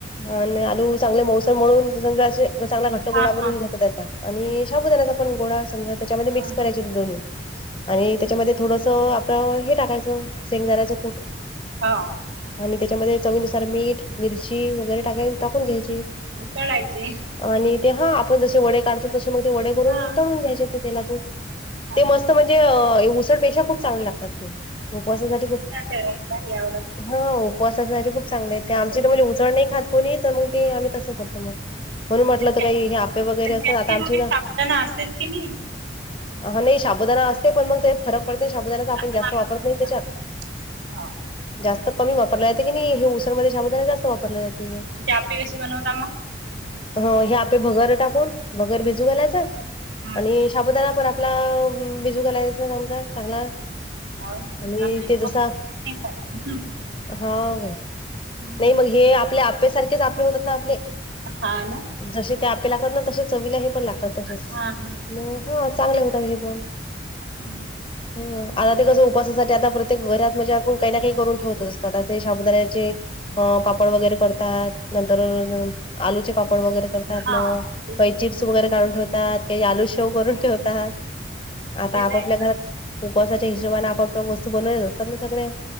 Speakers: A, on the left; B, on the right.
A: आणि आलू चांगले मोौसळ म्हळून समजा असे चांगला घट्ट
B: हा
A: गोळा बनवून
B: हा
A: घेतात त्याचा. आणि शाबुदानाचा पण गोळा समजा त्याच्यामध्ये
B: हा
A: मिक्स करायचे दोन्ही. आणि त्याच्यामध्ये थोडस आपलं हे टाकायचं सेंग जायचं कुठ.
B: हा.
A: आणि त्याच्यामध्ये चवीनुसार मीठ मिरची वगैरे टाका टाकून घ्यायची.
B: चढायचे.
A: आणि ते हा आपण जसे वडे काढतो तसे मग ते वडे करून
B: हा
A: तडून घ्यायचे ते तेलातून
B: हा
A: ते मस्त म्ह म्हणजे उसडपेशा खूप चांगल्या लागतात ते उपवासासाठी खूप
B: ग का या.
A: हा उपवासासाठी खूप चांगले आहेेत
B: कसं
A: आमची इथ म्हणजे उसडण नाही खात. कोणी येत मग ते आम्ही तसं करतो मग.
B: पण
A: म्हणून म्हटलं तर
B: त्या-
A: काही हे आपे वगैरे
B: पण
A: असतात
B: त्यात
A: आता
B: ती
A: आमचे
B: थोडी
A: उध
B: साबुदाणा असतेच की नाही
A: हा नाही श साबुदाना असते पण मग ते फरक पडते साबुदानाचा आपण
B: हा
A: जास्त वापरत नाही त्याच्यात.
B: हा हा
A: जास्त कमी वापरला जाते कि नाही हे ऊसनमध्ये ाबदना जास्त वापरले जाते.
B: ते आपे कशी बनवता मग.
A: ह हे आपे भगर टाकून भगर भिजू घालायच
B: हम्म.
A: आणि शाबुदार पर. आपला बिजू घालायच लवकर चांगला.
B: आमच्या
A: आणि
B: इथे
A: ते जसा
B: भगर कधी चनही खात.
A: हा का नाही
B: हम्म.
A: मग हे आपले आपेसारखेच आपले होतात ना आपले.
B: हा ना.
A: जसे ते आपे लागतात ना तसे चवीला हे पण लागतात तसेच
B: हा हा.
A: ह चांगले होतात हे पण.
B: हम्म.
A: हम्म आता ते कस उपासासाठी आता प्रत्येक घरात म्हणजे आपण काही ना काही करून ठेवत असतात त्याचे साबुदाण्याचे अ पापड वगैरे करतात नंतर आलूचे पापड वगैरे. करतात
B: हा
A: मग
B: ते
A: काही चिप्स वगैरे काढून ठेवतात काही आलू शेव करून ठेवतात. आता
B: ते तर
A: आपापल्या
B: आहे.
A: घरात उपवासाच्या हिशोबने आपापल्या वस्तू बनवल्याच असतात ना सगळे.